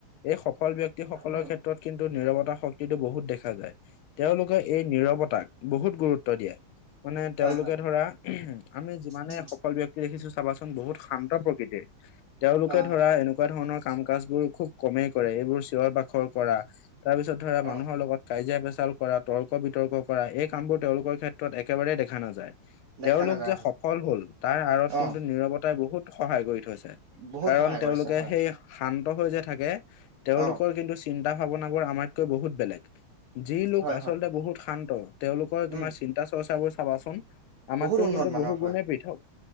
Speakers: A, on the left (about 80°); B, on the right (about 60°).
A: এই সফল ব্যক্তি সকলৰ
B: উম।
A: ক্ষেত্ৰত কিন্তু নিৰৱতা শক্তিটো বহুত দেখা যায়। তেওঁলোকে এই নিৰৱতাক বহুত গুৰুত্ব দিয়ে। মানে তেওঁলোকে
B: হয় হয়
A: ধৰা, আমি যিমানেই
B: উম
A: সফল ব্যক্তি দেখিছো চাবাচোন বহুত শান্ত প্ৰকৃতিৰ। তেওঁলোকে
B: হয় হয়
A: ধৰা এনেকুৱা ধৰণৰ কাম কাজ বোৰ খুব কমেই কৰে। এইবোৰ চিঞৰ বাখৰ কৰা, তাৰ পিছত ধৰা
B: অ
A: মানুহৰ লগত কাজিয়া পেচাল কৰা তৰ্ক বিতৰ্ক কৰা এই কামবোৰ তেওঁলোকৰ ক্ষেত্ৰত একেবাৰেই দেখা নাযায়।
B: দেখা
A: তেওঁলোক
B: নাযায়
A: যে
B: হয়
A: সফল হল তাৰ আঁৰত
B: অ
A: কিন্তু নিৰৱতা বটাই বহুত সহায় কৰি থৈছে।
B: বহুত
A: কাৰণ
B: সহায়
A: তেওঁলোকে
B: কৰিছে হয়
A: সেই শান্ত হৈ যে থাকে তেওঁলোকৰ
B: অ
A: কিন্তু চিন্তা ভাৱনাবোৰ আমাতকৈ বহুত বেলেগ। যি লোক
B: হয়
A: আচলতে
B: হয়
A: বহুত শান্ত তেওঁলোকৰ তোমাৰ
B: উম
A: চিন্তা চৰ্চা বোৰ চাবাচোন আমাতকৈ
B: বহুত উন্নত
A: কিন্তু
B: মানৰ
A: বহু
B: হয়
A: গুণে পৃথক।